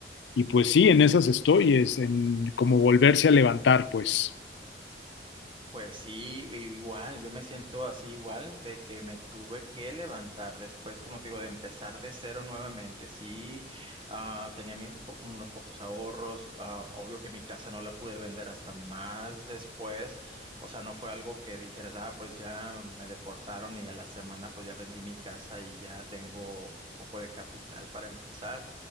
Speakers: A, on the left (about 85°); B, on the right (about 30°).
A: y pues sí, en esas estoy, es en como volverse a levantar, pues.
B: Pues sí, igual, yo me siento así igual de que me tuve que levantar después, como te digo, de empezar de cero nuevamente. Sí, ah, tenía mi- un po- unos pocos ahorros, ah, obvio que mi casa no la pude vender hasta más después, o sea, no fue algo que dijeras, ah, pues ya me deportaron y a la semana pues ya vendí mi casa y ya tengo un poco de capital para empezar.